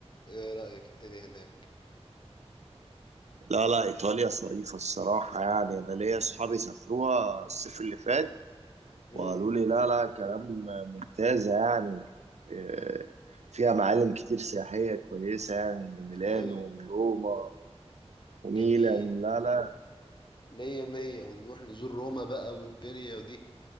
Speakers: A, on the left (about 45°); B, on the right (about 85°).
A: ايه رأيك الدنيا هناك
B: لا لا إيطاليا ظريفة الصراحة يعني أنا ليا أصحابي سافروها الصيف اللي فات
A: امم
B: وقالوا لي لا لا كلام ممتازة يعني آه، فيها معالم كتير سياحية كويسة يعني ميلانو
A: حلو
B: وروما وميلان
A: جميل
B: لا لا
A: مية مية ونروح نزور روما بقى والدنيا ودي